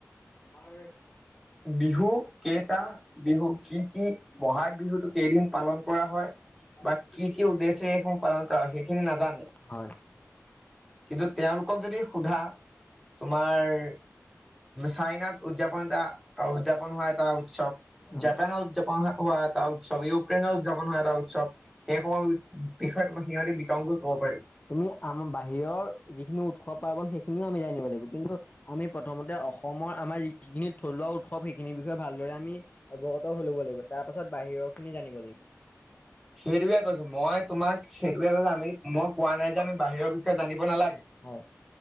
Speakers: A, on the left (about 30°); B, in the centre.
A: আমাৰ।
B: বিহু কেইটা বিহু কি কি বহাগ বিহুতটো কেইদিন পালন কৰা হয়
A: ব
B: বা
A: কি কি উঠছে
B: উদ্দেশ্যে এইসমূহ
A: কৰখিনে
B: পালন কৰা হয় সেইখিনি
A: নাজানো
B: নাজানে
A: <unintelligible>
B: কিন্তু তেওঁলোকক যদি সোধা তোমাৰ চাইনাত উদযাপন এটা উদযাপন হোৱা এটা উৎসৱ
A: হয়।
B: জাপানত উদযাপন হোৱা এটা এটা উৎসৱ ইউক্ৰেইনে উদযাপন হ এটা উৎসৱ সেইসমূহ বিষয়ে তোমাক সিহঁতি বিতং কৈ কব পাৰিব।
A: তুমি আমাৰ বাহিৰৰ যিখিনি উৎসৱ পাৰ্বন সেইখিনিও আমি যাই নিব লাগিব কিন্তু আমি প্ৰথমতে অসমৰ আমাৰ যিখিনি থলুৱা উৎসৱ সেইখিনিৰ বিষয়ে ভালদৰে আমি অৱগত হৈ ল'ব লাগিব তাত তাৰপাছত বাহিৰৰ খিনি জানিব লাগিব।
B: সেইটোয়ে কৈছো মই তোমাক সেইটোয়ে কৈছো আমি মই কোৱা নাই যে আমি বাহিৰৰ বিষয়ে জানিব নালাগে।
A: হয়।